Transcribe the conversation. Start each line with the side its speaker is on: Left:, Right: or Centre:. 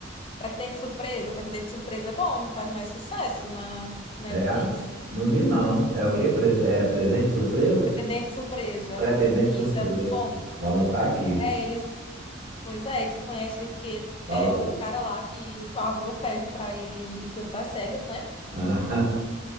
Left: Pretendente Surpresa. Pretendente Surpresa é bom, faz mais sucesso na Netflix.
Right: é? Não vi não. É o quê? Pre- é presente surpresa?
Left: Pretendente Surpresa.
Right: Pretendente
Left: Isso,
Right: surpresa.
Left: é muito bom.
Right: Vou anotar aqui.
Left: É, ele se... Pois é, ele se conhece porque
Right: Fala
Left: é
Right: aí.
Left: o cara lá que o avô pede pra ele ir cantar cegas, né?
Right: Ah,